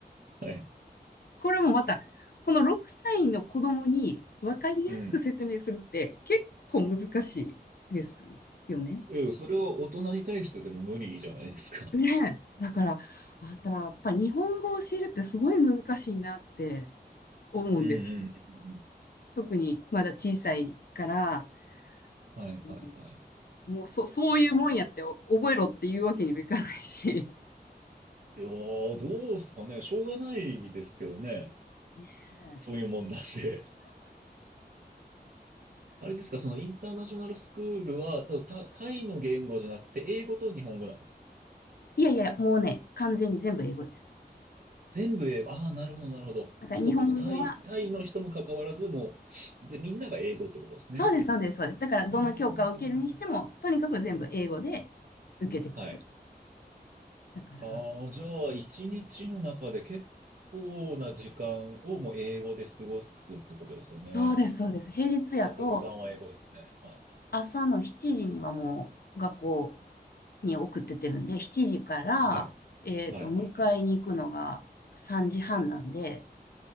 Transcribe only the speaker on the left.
これもまた、この6歳の子供に分かりやすく説明するって結構難し
いですよね。
ねえ。だから、また、やっぱ日本語を教えるってすごい難しいなって思うんです。
特にまだ小さいから、
そうもうそ、そういうもんやってお覚えろっていうわけにもいかないし。
ねえ
いやいや、もうね、完全に全部英語です。
だから日本語は
そうです、そうです、そうです。だから、どの教科を受けるにしても、
とにかく全部英語で受けてくる。
だから、
うんそうです、そうです。平日やと、
朝の7時にはもう学校に送ってってるんで、7時から、
えっと、
迎えに行くのが3時半なんで、